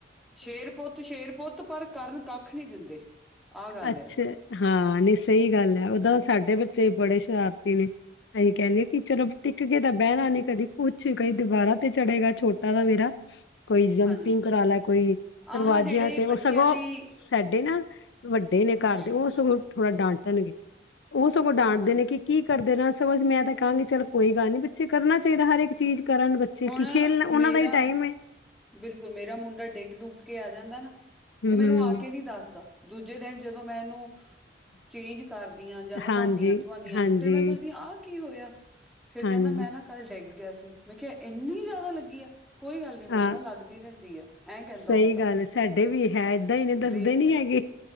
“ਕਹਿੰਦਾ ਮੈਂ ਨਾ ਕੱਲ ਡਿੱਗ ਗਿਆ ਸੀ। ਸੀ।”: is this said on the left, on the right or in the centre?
Centre